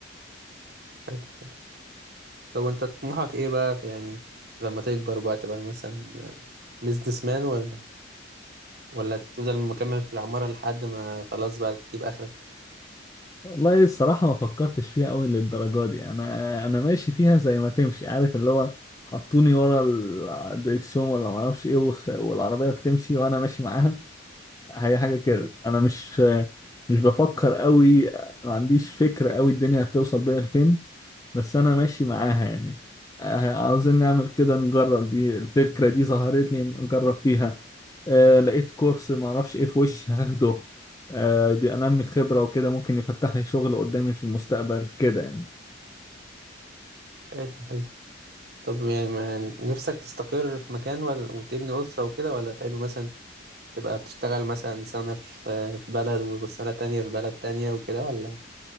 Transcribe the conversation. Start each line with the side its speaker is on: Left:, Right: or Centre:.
Right: حلو حلو طب وانت طموحك ايه بقى في يعني لما تكبر بقى تبقى مثلا بيزنس مان ولا ولا تفضل مكمل في العمارة لحد ما خلاص بقى تجيب آخرك
Left: والله الصراحه ما فكرتش فيها قوي للدرجه دي انا انا ماشي فيها زي ما تمشي عارف اللي هو حطوني ورا الدريكسيون ولا ما اعرفش ايه وس- والعربيه بتمشي وانا ماشي معاها هي حاجه كده
Right: مم.
Left: انا مش مش بفكر قوي ما عنديش فكره قوي الدنيا هتوصل بيها لفين بس انا ماشي معاها يعني آه، عاوزين نعمل كده نجرب دي الفكرة دي ظهرت لي نجرب فيها آه لقيت كورس معرفش ايه في وش هاخده آه بينمي خبرة وكده ممكن يفتح لي شغل قدامي في المستقبل كده يعني
Right: حلو حلو طب يعني ما نفسك تستقر في مكان ولا وتبني أسرة وكده ولا تحب مثلا تبقى بتشتغل مثلا سنة في في بلد وسنة تانية في بلد تانية وكده ولا